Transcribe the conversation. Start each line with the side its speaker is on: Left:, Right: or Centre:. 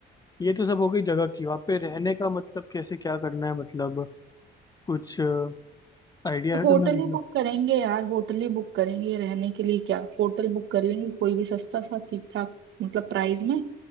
Left: ये तो सब हो गई जगह की वहाँ पे रहने का मतलब कैसे क्या करना है मतलब कुछ आइडिया है
Right: होटल
Left: तुम्हें मतलब
Right: ही बुक करेंगे यार होटल ही बुक करेंगे रहने के लिए क्या होटल बुक कर लेंगे कोई भी सस्ता सा ठीक ठाक मतलब प्राइस में